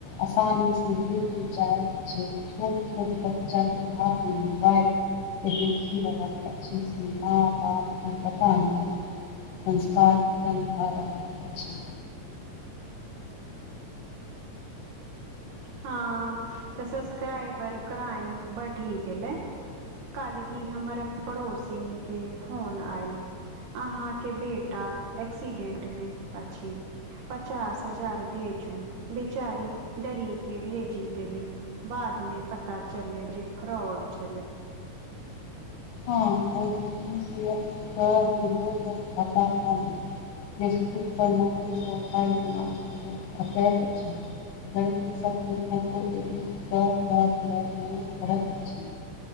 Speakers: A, on the left (about 80°); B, on the right (about 70°).
A: आसानी से भेटी जाइ छै छोट छोट बच्चा के हाथ मे मोबाइल की देखी रहल अछि से माँ बापके पता नहि संस्कार खतम भए रहल अछि।
B: हँ तऽ सबस्क्राइबर क्राइम बढि गेलै कल्हि हमर पड़ोसिनके फोन आयल अहाँके बेटा एक्सीडेंटमे अछि। पचास हजार भेजू बेचारी डरी के भेजी देलिन बादमे पता चललय जे फ्रॉड छलय
A: हँ ओ टी पी शेयर क दिलो त खाता खाली फेसबुक पर नकली प्रोफाइल बना के लोक ठकैत अछि। लड़की सभके फोटो एडिट कऽ क ब्लैकमेल करत अछि।